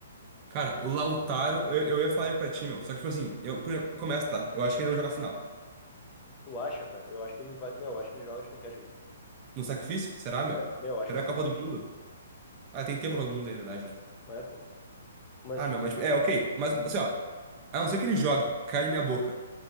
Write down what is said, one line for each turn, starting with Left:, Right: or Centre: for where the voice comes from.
Right: Cara, o Lautaro, eu, eu ia falar ele pra ti, meu, só que, tipo assim, eu, primeiro, começa, tá, eu acho que ele não joga a final.
Left: Tu acha, cara? Eu acho que ele vai. Meu, eu acho que ele joga de qualquer jeito.
Right: No sacrifício? Será, meu?
Left: É, meu, eu acho
Right: Será
Left: que
Right: a
Left: sim.
Right: Copa do Mundo? Ah, tem tempo pra todo mundo aí, na verdade, né?
Left: Não é, pô? Mas,
Right: Ah,
Left: tipo,
Right: meu, mas tipo, é, ok. Mas, assim, ó, a não ser que ele jogue, caia na minha boca